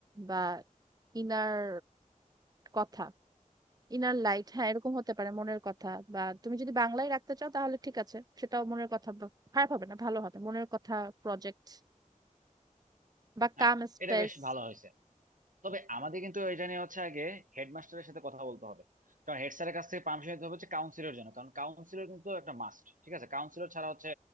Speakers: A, on the right; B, on the right.
A: বা ইনার কথা ইনার লাইট হ্যাঁ এরকম হতে পারে মনের কথা বা তুমি যদি বাংলায় রাখতে চাও তাহলে ঠিক আছে সেটাও মনের কথা বা- খারাপ হবে না ভালো হবে মনের কথা প্রজেক্ট বা
B: হ্যাঁ
A: কাম স্পেস
B: এটা বেশ ভালো হয়েছে তবে আমাদের কিন্তু এটা নিয়ে হচ্ছে আগে হেডমাস্টারের সাথে কথা বলতে হবে কারণ হেড স্যারের কাছ থেকে পারমিশন নিতে হবে হচ্ছে কাউন্সিলর জন্য কারণ কাউন্সিলর কিন্তু একটা মাস্ট ঠিক আছে কাউন্সিলর ছাড়া হচ্ছে